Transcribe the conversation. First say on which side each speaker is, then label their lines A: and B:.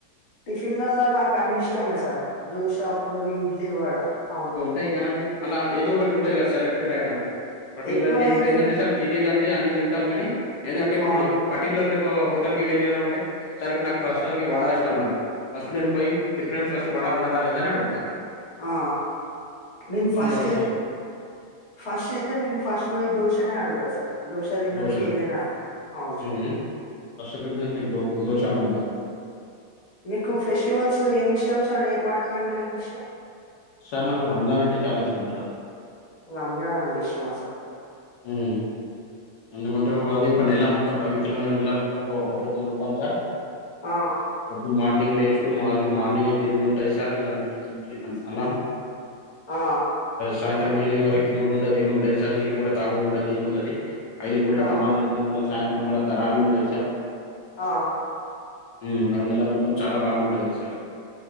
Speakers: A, on the left; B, on the left.
A: టిఫిన్లలా నాకు అన్నిష్టమే సార్ దోశ పూరి ఇడ్లీ వడ అవును
B: టాయి కదండి అలా ఏదో ఒకటి ఉంటాయి కదా సెలక్టెడ్ ఐటమ్ పర్టికులర్లీ
A: ఎక్కువ అయితే
B: ఇప్పుడు ఏందంటే సర్ తినేదంటే అన్ని తింటాం కానీ ఏందంటే ఇప్పుడు
A: అవును
B: మనం పర్టికులర్లీ ఒక హోటల్కి వెళ్ళినా అంటే సార్ ఇప్పుడు నాకు ప్రస్తుతానికి వడ ఇష్టం నాకు ఫస్ట్ నేను పోయి ప్రిపరేషన్ ఫస్ట్ వడ ఉన్నదా లేద అని అడుగుత
A: ఆ నేను ఫస్ట్
B: అంటే ఇష్టం
A: ఫస్ట్ అయితే నేను ఫస్ట్ పోయ్ దోశనే ఆడగుతా సార్ దోశ తిన్నంకే
B: దోశనా
A: ఏదైనా అవును
B: హ్మ్.
A: సార్
B: ఫస్ట్ ప్రిఫెరెన్స్ మీకు దో ధోషా నా
A: మీకు ఫెస్టివల్స్ లో ఏమి ఇష్టం సార్ ఏ పండుగ అంటే ఏమి ఇష్టం
B: సార్ నాకు రంజాన్ అంటే చాలా ఇష్టం సార్
A: రంజాన్ అంటె ఇస్టమా సార్
B: ఉమ్ ఎందుకంటే అది ఒక నెల మొత్తం పవిత్రమైన నెల మొత్తం ఒక ఒక్క పొద్దులు ఉంటాం సార్
A: ఆ
B: డు మార్నింగ్ లేసుడు మా మార్నింగ్యి తినుడు ఉంటది సార్ లంచ్ అన్నా
A: ఆ
B: సాయంత్రం ఈవినింగ్ వరకు తినుడుండది ఏముండది సార్ నీళ్లు కూడా తాగుఉండది ఏముండది ఐదు పూట్ల
A: ఆ
B: నమాజ్ అయితే మళ్ళీ సాయంత్రం మళ్ళా తరాబీ ఉంటది సార్
A: ఆ
B: ఉమ్ ఆ నెల మొత్తం చాలా బాగుంటది సార్